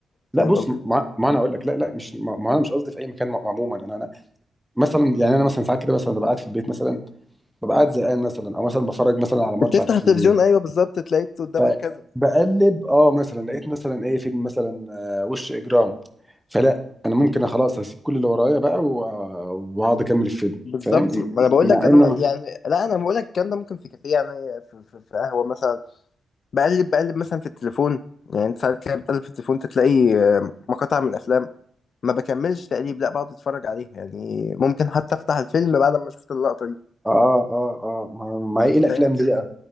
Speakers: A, in the centre; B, on the left.
A: لا
B: فاهم
A: بص
B: قصدي
A: ما ما انا اقول لك لا لا مش ما ما انا مش قصدي في اي مكان م- عموما انا انا مثلا يعني انا مثلا ساعات كده مثلا ببقى قاعد في البيت مثلا ببقى قاعد زهقان مثلا او مثلا بفرج مثلا على ماتش
B: بتفتح
A: على التلفزيون
B: التلفزيون ايوه بالظبط تلاقيت قدامك
A: فبقلب
B: كذا
A: اه مثلا لقيت مثلا ايه فيلم مثلا آه، وش اجرام فلا انا ممكن خلاص هسيب كل اللي ورايا بقى و- واقعد اكمل الفيلم
B: بالظبط
A: فاهم
B: ما انا بقول
A: مع
B: لك انا
A: ان
B: ما-
A: انا
B: يعني لا انا بقول لك الكلام ده ممكن في كافيه يعني في, في, في قهوه مثلا بقلب بقلب مثلا في التليفون يعني انت ساعات كده بتقلب في التليفون تلاقي آه، مقاطع من افلام ما بكملش تقريب لا بقعد اتفرج عليها يعني ممكن حتى افتح الفيلم بعد ما شفت اللقطة دي
A: اه اه اه ما ما هي ايه الافلام
B: فاهم
A: دي بقى